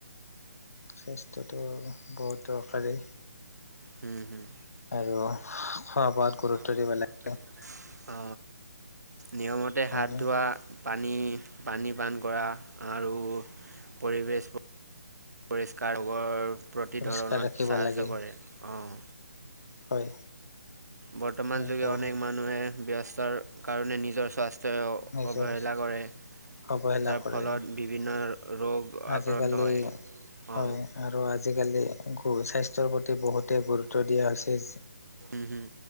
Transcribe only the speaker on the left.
স্বাস্থ্যটো বহুত দৰকাৰী।
আৰু খোৱা বোৱাত। গুৰুত্ব
দিব
লাগে
হয়নে?
পৰিষ্কাৰ
ৰাখিব
লাগে
হয়।
আৰু
নিজৰ
অৱহেলা
কৰে
আজিকালি
হয়
আৰু আজিকালি গ স্বাস্থ্যৰ প্ৰতি বহুতেই গুৰুত্ব দিয়া হৈছে